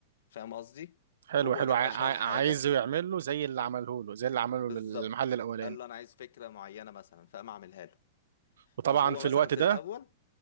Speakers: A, on the left; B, on the right.
A: فاهم قصدي
B: حلو
A: هو
B: حلو
A: جاب
B: عا-
A: اشهر
B: عا-
A: حاجه
B: عايزه يعمل له زي اللي عمله له زي اللي عمله
A: بالظبط
B: للمحل الاولاني
A: قال له انا عايز فكره معينه مثلا فقام اعملها له
B: وطبعا
A: فهو
B: في
A: مثلا
B: الوقت
A: في
B: ده
A: الاول